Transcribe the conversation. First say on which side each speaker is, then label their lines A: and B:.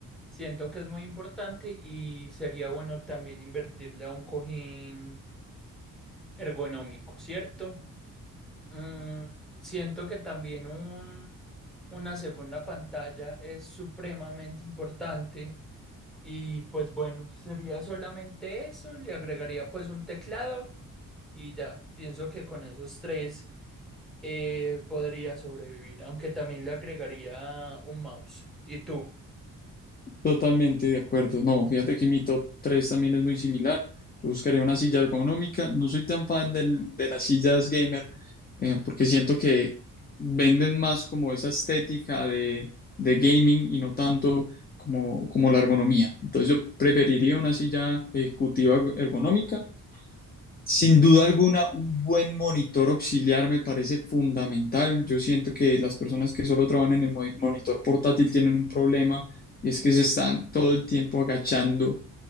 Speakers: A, in the centre; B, on the left (about 25°).
A: Siento que es muy importante y sería bueno también invertirle a un cojín ergonómico, ¿cierto? Mm, siento que también un- una segunda pantalla es supremamente importante y pues bueno, sería solamente eso, le agregaría pues un teclado y ya, pienso que con esos tres eh, podría sobrevivir, aunque también le agregaría un mouse. ¿Y tú?
B: Totalmente de acuerdo. No, fíjate que mi top 3 también es muy similar. Yo buscaría una silla ergonómica. No soy tan fan del- de las sillas gamer eh, porque siento que venden más como esa estética de, de gaming y no tanto como, como la ergonomía. Entonces yo preferiría una silla ejecutiva ergonómica sin duda alguna, un buen monitor auxiliar me parece fundamental. Yo siento que las personas que solo trabajan en el mo- monitor portátil tienen un problema y es que se están todo el tiempo agachando